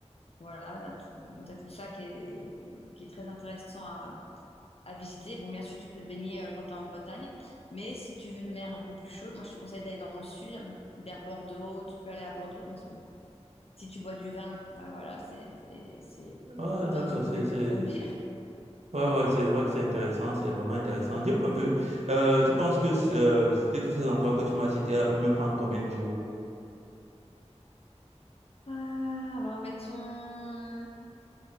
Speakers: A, on the left; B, on the right.
A: Voilà, t'as tout, donc t'as tout ça qui est, qui est très intéressant à, à visiter. Bon, bien sûr, tu peux te baigner euh, quand tu es en Bretagne, mais si tu veux une mer un peu plus chaude, moi je te conseille d'aller dans le sud, vers Bordeaux. Tu peux aller à Bordeaux. Donc, c'est bon. si tu bois du vin, bah voilà, c'est c'est- c'est-
B: Ah,
A: c'est
B: d'accord,
A: dans une
B: c'est,
A: bonne,
B: c'est,
A: bonne ville.
B: Ouais, ouais, c'est vrai que c'est intéressant, c'est vraiment intéressant. Dis-moi un peu, euh, tu penses que
A: Oui.
B: euh, visiter tous ces endroits que tu m'as cités, là, peut me prendre combien de jours?
A: Ah, alors, mettons.